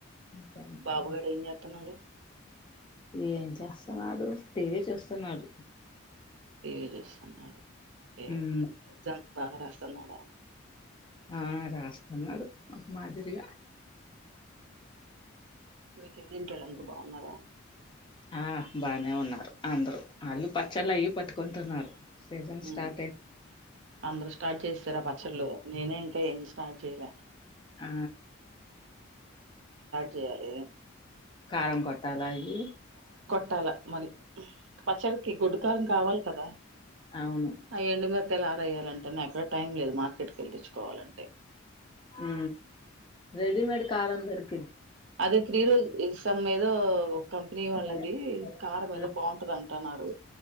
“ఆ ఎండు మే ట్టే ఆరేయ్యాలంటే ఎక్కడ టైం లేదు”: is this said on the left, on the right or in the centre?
Right